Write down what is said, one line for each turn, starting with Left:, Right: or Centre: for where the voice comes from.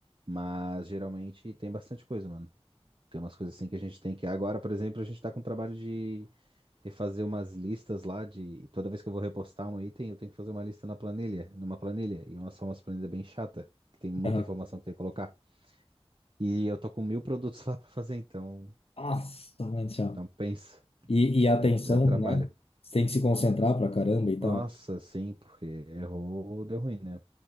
Right: Mas geralmente tem bastante coisa, mano. Tem umas coisas assim que a gente tem que. Agora, por exemplo, a gente tá com trabalho de refazer umas listas lá de. Toda vez que eu vou repostar um item, eu tenho que fazer uma lista na planilha, numa planilha. E uma só umas planilhas bem chata, que tem muita
Left: Aham.
Right: informação que tem que colocar. E eu tô com mil produtos <laughs> lá pra fazer, então.
Left: Nossa, mãe do céu.
Right: Então pensa.
Left: E, e a atenção,
Right: É, é trabalho.
Left: né? Você tem que se concentrar pra caramba e tal.
Right: Nossa, sim, porque errou, deu ruim, né?